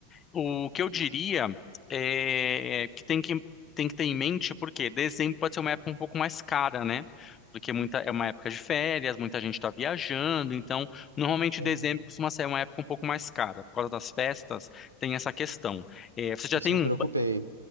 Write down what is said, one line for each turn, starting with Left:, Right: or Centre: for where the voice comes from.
Left: O que eu diria é que tem que, tem que ter em mente, porque dezembro pode ser uma época um pouco mais cara, né? Porque muita, é uma época de férias, muita gente está viajando. Então, normalmente
Right: É,
Left: dezembro costuma ser uma época um pouco mais cara. Por causa das festas, tem essa questão. É, você já
Right: Isso
Left: tem
Right: me preocupei.
Left: um,